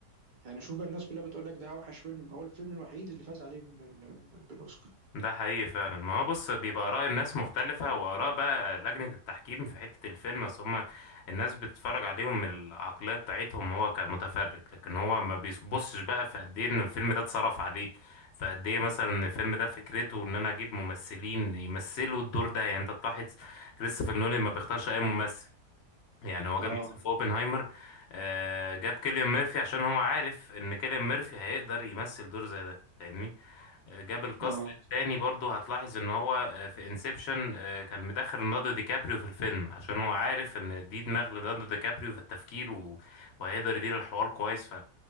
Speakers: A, on the right; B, on the left.
A: يعني شوف بقى الناس كلها بتقول لك ده اوحش فيلم هو الفيلم الوحيد اللي فاز عليه ب- ب- ب- بالاوسكار
B: ده حقيقي فعلا ما هو بص بيبقى آراء الناس مختلفة وآراء بقى لجنة التحكيم في حتة الفيلم بس هما الناس بتتفرج عليهم من العقلية بتاعتهم هو كمتفرج لكن هو ما بيبصش بقى في قد ايه ان الفيلم ده اتصرف عليه فقد ايه مثلا ان الفيلم ده فكرته ان انا اجيب ممثلين يمثلوا الدور ده يعني انت تلاحظ كريستوفر نولان ما بيختارش اي ممثل يعني هو جاب
A: اه
B: مثلا في اوبنهايمر آه، جاب كيليان ميرفي عشان هو عارف ان كيليان ميرفي هيقدر يمثل دور زي ده فاهمني آه، جاب الكاست
A: اه
B: التاني برضو هتلاحظ ان هو آه، في انسبشن كان مدخل ليوناردو دي كابريو في الفيلم عشان هو عارف ان دي دماغ ليوناردو دي كابريو في التفكير و... وهيقدر يدير الحوار كويس ف